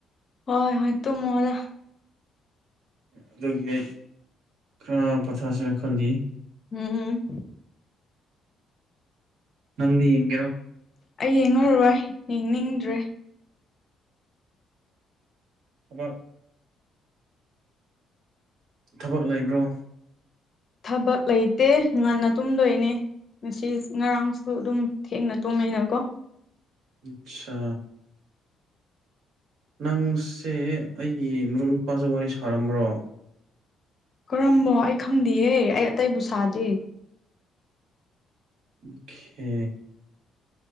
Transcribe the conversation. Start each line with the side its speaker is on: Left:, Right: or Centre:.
Left: ꯍꯣꯏ ꯍꯣꯏ ꯇꯨꯝ ꯃꯣꯗ
Right: ꯑꯗꯨꯒꯤ ꯑꯩ ꯈꯔ ꯄꯣꯊꯁꯤꯔ ꯈꯜꯂꯤ
Left: ꯎꯝ ꯎꯝ
Right: ꯅꯪꯗꯤ ꯌꯦꯡꯒꯦꯔꯣ
Left: ꯑꯩ ꯌꯦꯡꯉꯔꯣꯏ ꯌꯦꯡꯅꯤꯡꯗ꯭ꯔꯦ
Right: ꯊꯕꯛ ꯊꯕꯛ ꯂꯩꯕ꯭ꯔꯣ
Left: ꯊꯕꯛ ꯂꯩꯇꯦ ꯉꯟꯅ ꯇꯨꯝꯗꯣꯏꯅꯦ ꯉꯁꯤ ꯉꯔꯥꯡꯁꯨ ꯑꯗꯨꯝ ꯊꯦꯡꯅ ꯇꯣꯃꯦꯅꯀꯣ
Right: ꯑꯆꯥ ꯅꯪꯁꯦ ꯑꯩꯒꯤ ꯃꯔꯨꯞ ꯅꯨꯄꯥꯁꯨ ꯋꯥꯔꯤ ꯁꯥꯔꯝꯕ꯭ꯔꯣ
Left: ꯀꯔꯝꯕ ꯑꯩ ꯈꯪꯗꯦꯍꯦ ꯑꯩ ꯑꯇꯩꯕꯨ ꯁꯥꯗꯦ
Right: ꯑꯣꯈꯦ